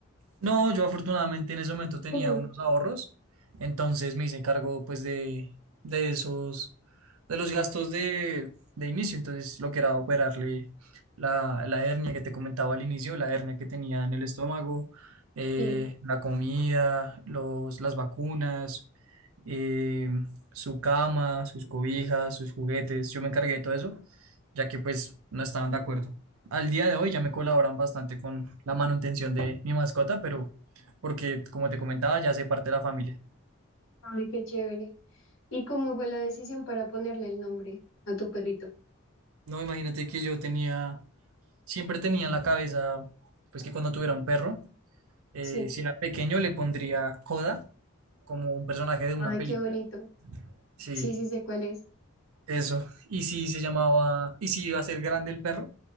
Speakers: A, on the right; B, on the left.
A: No, yo afortunadamente en ese momento tenía
B: Ujú.
A: unos ahorros, entonces me hice cargo pues de, de esos, de los gastos de, de inicio, entonces lo que era operarle la, la hernia que te comentaba al inicio, la hernia que tenía en el estómago, eh,
B: Sí.
A: la comida, los, las vacunas, eh, su cama, sus cobijas, sus juguetes, yo me encargué de todo eso, ya que pues no estaban de acuerdo al día de hoy ya me colaboran bastante con la manutención de mi mascota, pero porque, como te comentaba, ya hace parte de la familia.
B: Ay, qué chévere. ¿Y cómo fue la decisión para ponerle el nombre a tu perrito?
A: No, imagínate que yo tenía, siempre tenía en la cabeza, pues que cuando tuviera un perro, eh,
B: Sí.
A: si era pequeño le pondría Coda como un personaje de una
B: Ay,
A: película.
B: qué bonito.
A: Sí,
B: Sí, sí sé cuál es.
A: eso. Y si se llamaba, y si iba a ser grande el perro,